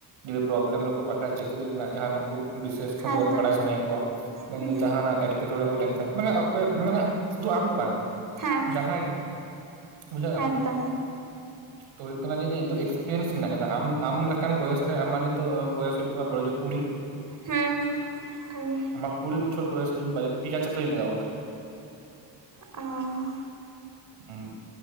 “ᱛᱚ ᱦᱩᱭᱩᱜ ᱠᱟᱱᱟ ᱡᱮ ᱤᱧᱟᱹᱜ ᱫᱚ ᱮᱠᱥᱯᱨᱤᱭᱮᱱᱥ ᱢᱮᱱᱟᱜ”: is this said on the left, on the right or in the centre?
Right